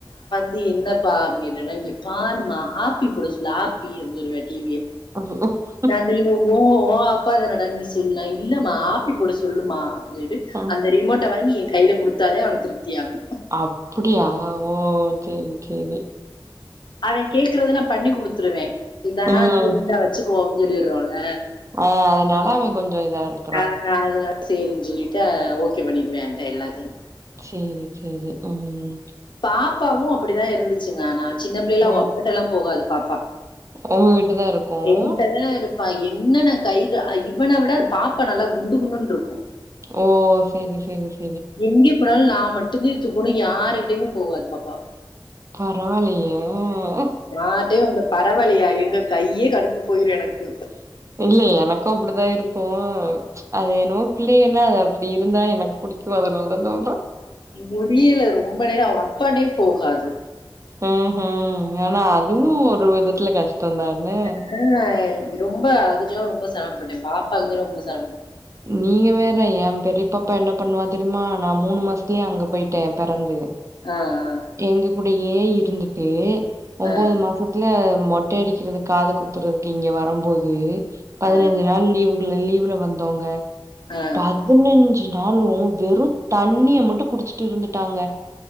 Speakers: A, on the left; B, on the right.
A: இது என்னப்பா அப்படின்னு கேட்ட மா இங்க பார்மா ஆப்பி போட சொல்லு ஹப்பி அப்பினு சொல்லுவன் டி விய
B: அப்
A: நா சொல்லுவே உன் உன் அப்பாதானடா நீ சொல்லுடானா இல்லம்மா ஆப்பி போட சொல்லுமா‌அப்டினு‌சொல்
B: அ.
A: அந்த ரிமோட்ட வாங்கி என் கையில கொடுத்தாதே அவனுக்கு திருப்தியாகு
B: அப்படியா ஓ செரி செரி
A: அவென் கேக்கறத நா பண்ணி குடுத்துருவே இதானா
B: ம்.
A: சரி இந்தா வச்சுக்கோம்னு சொல்லிடுறோம்ல
B: ஆ அதனால அவெ கொஞ்ச இதா இருக்கு
A: ஆ அதனால சரின்னு சொல்லிட்டு ஓகே பண்ணிடுவே ‌என்ட்ட எல்லாத்தையு
B: செரி செரி ம்
A: பாப்பாவு அப்படிதா இருந்துச்சுங்க ஆனா சின்ன பிள்ளைல அவங்க
B: ம்.
A: அப்பாட்டெல்லா போகாது பாப்பா
B: உங்க வீட்டு தான் இருக்கும்.
A: என்ட்டதா இரு ப்பா என்னன்ன கைகள் இவனை விட பாப்பா நல்லா குண்டு குண்டுனு இருக்கு
B: ஓ செரி செரி
A: எங்கே போனாலு நா மட்டுந்தே தூக்கணு யாருகிட்டயுமே போகாது பாப்பா
B: பரவால்லையே ஆ
A: யார்டயு வந்த பரவலையா ஏங்க கையே கடுத்து போயிரு எனக்கு
B: இல்ல எனக்கு அப்டிதா இருக்கு அது என்னவோ பிள்ளைகனா அது அப்டி இருந்தா எனக்கு பிடிக்கு அதனாலதா
A: முடில ரொம்ப நேரோ அவுக அப்பட்டயு போகாது
B: ம் ம் ஆனா அதுவு ஒரு விதத்துல கஷ்டோ தான
A: எதுனா ரொம்ப அதுக்கெல்லா ரொம்ப செரமபட்டே பாப்பாக்குதா ரொம்ப செரமப்பட்டே
B: நீங்க வேற என் பெரிய பாப்பா என்ன பண்ணுவா தெரிமா நா மூணு மாசத்துலயே அங்க போயிட்டே பெறந்து
A: ஆ ஆ
B: எங்க கூடயே இருந்துட்டு ஒன்பது
A: ஆ,
B: மாசத்துல மொட் கட் அடிக்கிறது காது குத்துறதுக்கு இங்க வரம்போது பதினஞ்சு
A: ஆ,
B: நாள் லீவு லீவ்ல வந்து ங்க
A: ஆ, ஆ.
B: பாத் பதினஞ்சு நாளு வெறு தண்ணிய மட்டு குடிச்சுட்டு இருந்துட்டாங்க